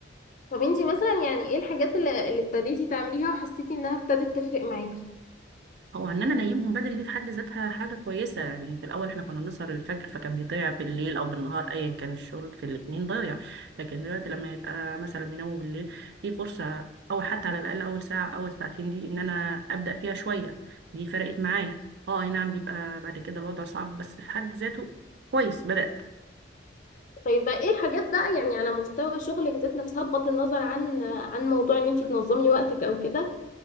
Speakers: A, on the left; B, on the right.
A: طب انتي مثلا يعني ايه الحاجات اللي, اللي ابتديتي تعمليها وحسيتي انها ابتدت تفرق معاكي
B: هو ان انا انيمهم بدري دي في حد ذاتها حاجه كويسه يعني في الاول احنا كنا بنسهر الفجر فكان بيضيع بالليل او بالنهار ايا كان الشغل في الاتنين ضايع لكن دلوقتي لما يبقى مثلا بيناموا بالليل في فرصه او حتى على الاقل اول ساعه اول ساعتين دي ان انا ابدا فيها شويه دي فرقت معايا اه اي نعم بيبقى بعد كده الوضع صعب بس في حد ذاته كويس بدات
A: طيب بقى ايه الحاجات بقى يعني على مستوى شغلك ذات نفسها بغض النظر عن عن موضوع ان انتي تنظمي وقتك او كده